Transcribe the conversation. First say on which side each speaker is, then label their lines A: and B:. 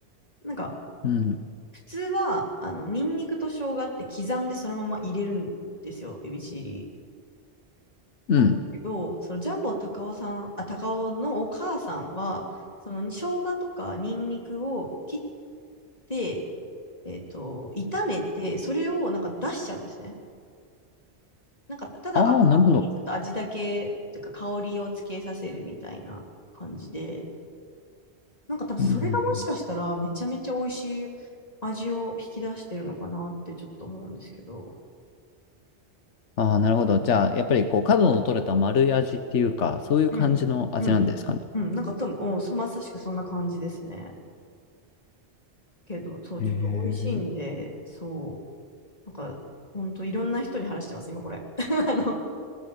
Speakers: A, on the left (about 35°); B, on the left (about 85°).
A: なんか
B: うん。
A: 普通は、あの、ニンニクと生姜って刻んでそのまま入れるんですよ。エビチリ
B: うん。
A: なんだけど、そのジャンボ高尾さん、あ、高尾のお母さんは、その生姜とかニンニクを切って、えっと、炒めて、それをなんか出しちゃうんですね。なんか、ただ油にちょっと味だけ、
B: ああ、なるほど。
A: というか香りをつけさせるみたいな感じで、なんか多分それがもしかしたらめちゃめちゃ美味しい
B: うんうんうん
A: 味を引き出してるのかなってちょっと思うんですけど。
B: ああ、なるほど。じゃあ、やっぱりこう、角の取れた丸い味っていうか、そういう感じの味なんですかね。
A: うん、うん、うん、なんか多分、うん、まさしくそんな感じですね。けど、そう、ちょっと美味しいんで、
B: へ
A: そう、なんか、ほんといろんな人に話してます、今これ。<laughs> あの、